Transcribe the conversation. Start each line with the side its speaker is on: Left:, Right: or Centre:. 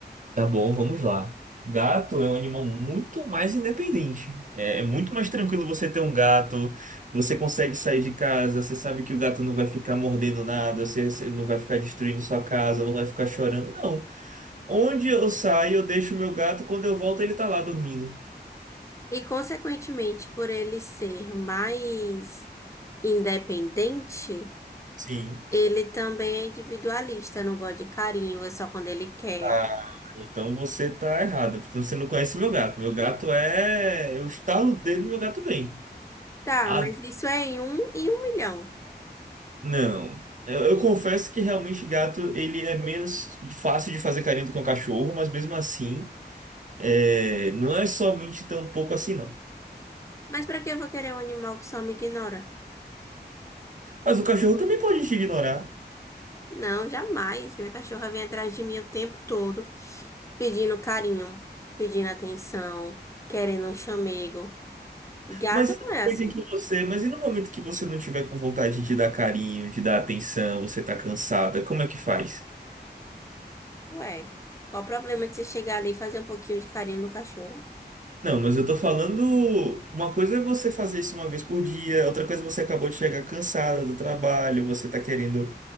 Right: Tá bom, vamos lá. Gato é um animal muito mais independente. É, é muito mais tranquilo você ter um gato. Você consegue sair de casa, você sabe que o gato não vai ficar mordendo nada, você, você não vai ficar destruindo sua casa, não vai ficar chorando. Não. Onde eu saio, eu deixo o meu gato, quando eu volto, ele tá lá dormindo.
Left: E, consequentemente, por ele ser mais independente,
Right: Sim.
Left: ele também é individualista, não gosta de carinho, é só quando ele quer.
Right: Ah, então você tá errado. porque Você não conhece meu gato. Meu gato é. Eu estalo o dedo e meu gato vem.
Left: Tá,
Right: Ah,
Left: mas isso é em um em um milhão.
Right: Não. Eu, eu confesso que realmente gato ele é menos fácil de fazer carinho do que um cachorro, mas mesmo assim, é, não é somente tão pouco assim, não.
Left: Mas pra que eu vou querer um animal que só me ignora?
Right: Mas o cachorro também pode te ignorar.
Left: Não, jamais. Minha cachorra vem atrás de mim o tempo todo, pedindo carinho, pedindo atenção, querendo um chamego. Gato
Right: Mas e no
Left: não é assim.
Right: momento em que você, mas e no momento que você não tiver com vontade de dar carinho, de dar atenção, você tá cansada, como é que faz?
Left: Ué, qual o problema de você chegar ali e fazer um pouquinho de carinho no cachorro?
Right: Não, mas eu tô falando, uma coisa é você fazer isso uma vez por dia, outra coisa é você acabou de chegar cansada do trabalho, você tá querendo